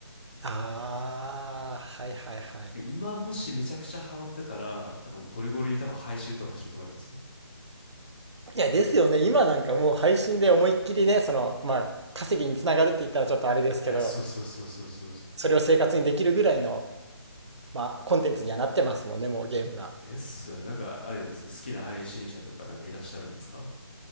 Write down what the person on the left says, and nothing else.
今もしめちゃくちゃハマってたら、多分ゴリゴリに多分配信とかしてると思いますよ。
え、そうそうそうそうそうそ
う。ですよね。なんか、あれです。好きな配信者とかなんかいらっしゃるんですか